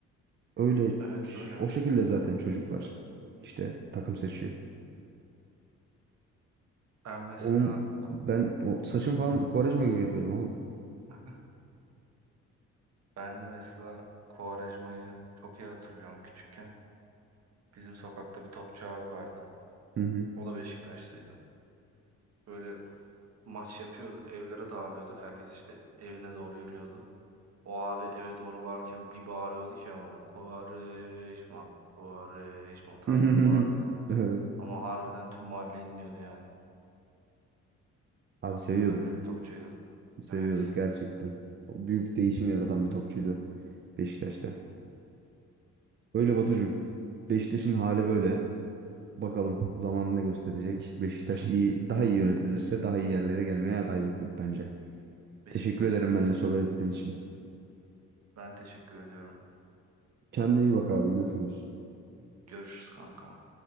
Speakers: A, on the right (about 40°); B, on the right (about 60°).
A: Öyle
B: evet öyle.
A: o şekilde zaten çocuklar işte takım seçiyor.
B: Ben mesela
A: Onun ben o saçım falan Kovarejma gibi yapıyordum oğlum.
B: <laughs> ben de mesela Quaresma'yı çok iyi hatırlıyorum küçükken. Bizim sokakta bir topçu abi vardı.
A: Hı hı.
B: O da Beşiktaşlıydı. Böyle maç yapıyorduk, evlere dağılıyorduk. Herkes işte evine doğru yürüyordu. O abi eve doğru bağırırken bir bağırıyordu ki ama böyle Kuvareşma, Kuvareşma tarzında
A: hı hı.
B: bağırıyordu.
A: <laughs> Evet.
B: Ama harbiden tüm mahalle inliyordu yani.
A: Abi seviyorduk.
B: Öyle bir topçuydu.
A: Seviyorduk
B: Evet.
A: gerçekten. O büyük değişim yaratan bir topçuydu Beşiktaş'ta. Öyle Batucuğum. Beşiktaş'ın hali böyle. Bakalım zaman ne gösterecek. Beşiktaş iyi, daha iyi yönetilirse daha iyi yerlere gelmeye aday bir kulüp bence.
B: Beşiktaş
A: Teşekkür ederim
B: evet.
A: benimle sohbet ettiğin için.
B: Ben teşekkür ediyorum.
A: Kendine iyi bak abi. Görüşürüz.
B: Görüşürüz kanka.